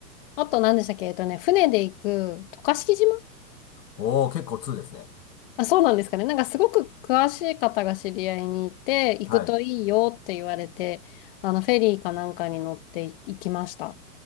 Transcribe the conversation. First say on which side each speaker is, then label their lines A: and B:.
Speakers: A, on the left; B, on the left.
A: あと何でしたっけ、えっとね、船で行く渡嘉敷島
B: おー、結構ーですね。
A: あ、そうなんですかね。なんかすごく詳しい方が知り合いにいて、行くといいよって言われて、
B: はい。
A: あのフェリーかなんかに乗ってい行きました。